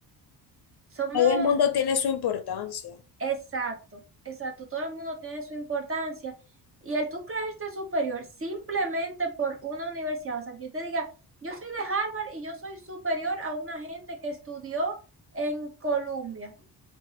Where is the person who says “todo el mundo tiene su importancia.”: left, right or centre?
Left